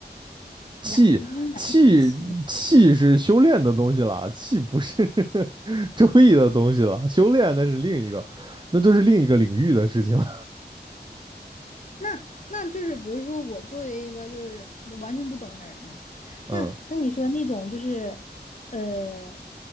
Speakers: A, on the right; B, on the left.
A: 气气气是修炼的东西了，
B: 阳，阴阳之气。
A: 气不是 <laughs> 周易的东西了，修炼那是另一个，那都是另一个领域的事情了。
B: 那那就是，比如说我作为一个就是完全不懂的人嘛，
A: <laughs> 嗯，
B: 那那你说那种就是，呃，